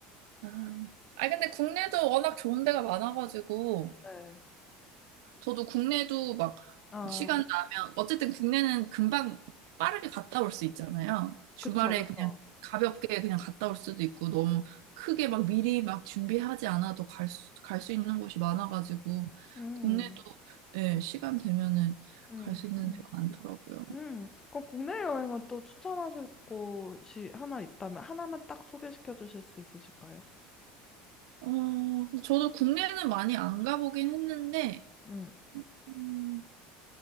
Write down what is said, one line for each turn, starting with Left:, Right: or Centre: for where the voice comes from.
Right: 아, 아니, 근데 국내도 워낙 좋은 데가 많아가지고,
Left: 네.
Right: 저도 국내도 막
Left: 아,
Right: 시간 나면 어쨌든 국내는 금방 빠르게 갔다 올 수 있잖아요. 주말에
Left: 그쵸, 그쵸.
Right: 그냥 가볍게 그냥 갔다 올 수도 있고 너무 크게 막 미리 막 준비하지 않아도 갈 수, 갈 수 있는 곳이 많아가지고
Left: 음.
Right: 국내도 예, 시간 되면은
Left: 음,
Right: 갈 수 있는
Left: 음,
Right: 데가 많더라고요.
Left: 음. 그 국내 여행은 또 추천하실 곳이 하나 있다면 하나만 딱 소개시켜 주실 수 있으실까요?
Right: 어, 근데 저도 국내는 많이 안 가보긴 했는데
Left: 음,
Right: 음,